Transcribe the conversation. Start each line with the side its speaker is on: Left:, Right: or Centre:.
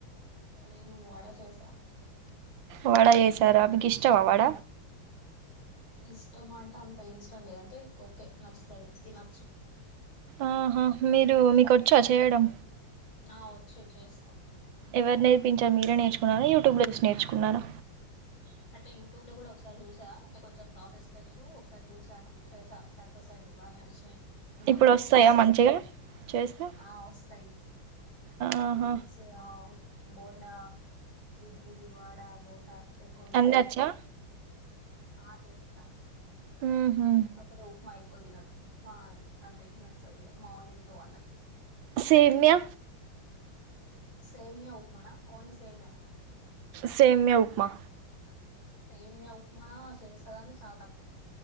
Left: నేను వడా చేసా
Right: వడ చేసార మీకు ఇష్టమా వడ
Left: ఇష్టం అంటే అంత ఇష్టం లేదు అంటే ఓకే నచ్చుతది తినొచ్చు
Right: ఆహా మీరు మీకొచ్చా చేయడం
Left: ఆ వచ్చు చేస్తా
Right: ఎవరు నేర్పించారు మీరే నేర్చుకున్నారా యూట్యూబ్లో చూసి నేర్చుకున్నారా
Left: అంటే యూట్యూబ్ లో కూడా ఒకసారి చూసా అంటే కొంచెం ప్రాసెస్ తెలుసు ఒకసారి చూసాను చేసా సక్సెస్ అయ్యింది బాగానే నచ్చినాయి ఇంక
Right: ఇప్పుడు
Left: అప్పడు నుంచి
Right: వస్తాయా
Left: చేస్తా
Right: మంచిగా
Left: అప్పుడు
Right: చేస్తే
Left: ఆ వస్తాయి
Right: ఆహా
Left: టిఫిన్స్ బోండా ఇడ్లీ, వడ, దోస అ కుగి
Right: అన్ని
Left: వె
Right: వచ్చా
Left: ఆ చేస్తా
Right: ఉహు
Left: కాకపోతే ఉప్మా యి కొదినరు ఉప్మా అంతే నచ్చది ఇగ మా ఇంట్లో వాళ్ళకి
Right: సేమ్యా
Left: సేమ్య ఉప్మానా ఓన్లీ సేమ్యానా
Right: సేమ్య ఉప్మా
Left: సేమ్య ఉప్మా చేస్తాకని చాలా త